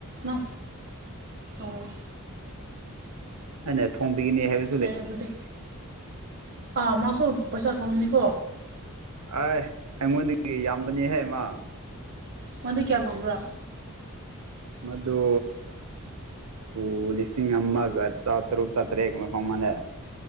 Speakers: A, on the right; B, on the right.
A: ꯅ ꯎꯝ
B: ꯑꯩꯅ ꯊꯣꯡꯕꯤꯒꯅꯤ ꯍꯥꯏꯕ
A: ꯌꯥꯏ ꯑꯗꯨꯗꯤ ꯑꯥ ꯃꯥꯁꯨ ꯄꯩꯁꯥ ꯐꯪꯉꯅꯤꯀꯣ
B: ꯑꯦ ꯑꯩꯉꯣꯟꯗꯒꯤ ꯌꯥꯝꯕꯅꯤꯍꯦ ꯃꯥ
A: ꯃꯗꯤ ꯀꯌꯥ ꯐꯪꯕꯔ
B: ꯃꯗꯨ ꯄꯨ ꯂꯤꯁꯤꯡ ꯑꯃꯒ ꯆꯥꯇ꯭ꯔꯨꯛ ꯆꯥꯇ꯭ꯔꯦꯠꯀꯨꯝꯕ ꯐꯪ ꯃꯥꯟꯅꯦ